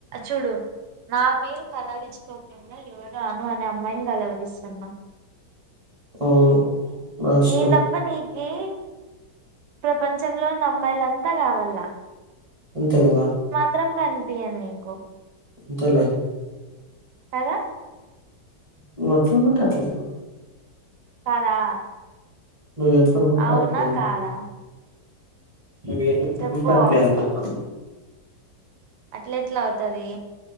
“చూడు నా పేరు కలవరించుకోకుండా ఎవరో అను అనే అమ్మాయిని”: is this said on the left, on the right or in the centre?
Right